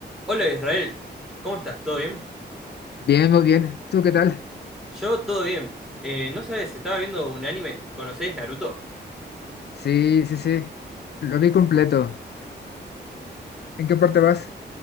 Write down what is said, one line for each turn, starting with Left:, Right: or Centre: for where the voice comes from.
Centre: Hola Israel, ¿cómo estás? ¿Todo bien?
Left: Bien, muy bien. ¿Tú qué tal?
Centre: Yo todo bien. Eh, no sabes, estaba viendo un anime, ¿conocés Naruto?
Left: Sí, sí, sí. Lo vi completo. ¿En qué parte vas?